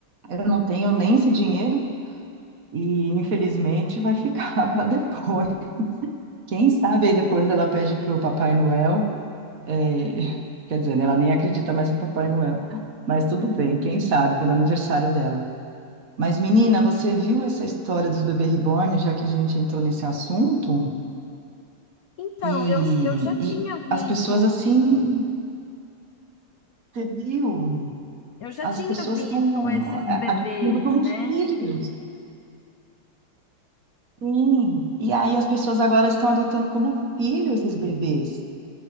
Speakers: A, on the right (about 45°); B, on the left (about 85°).
A: Eu não tenho nem esse dinheiro, e infelizmente vai ficar <laughs> para depois. Quem sabe aí depois ela pede para o Papai Noel, é, quer dizer, né, ela nem acredita mais em Papai Noel, mas tudo bem, quem sabe no aniversário dela. Mas, menina, você viu essa história dos bebês reborn, já que a gente entrou nesse assunto?
B: Então,
A: E,
B: eu, eu já tinha
A: e
B: visto,
A: as pessoas assim, você viu?
B: eu já
A: As
B: tinha
A: pessoas
B: visto
A: estão
B: esses
A: é,
B: bebês,
A: adquirindo como
B: né?
A: filhos. Sim. E aí as pessoas agora estão adotando como filho esses bebês.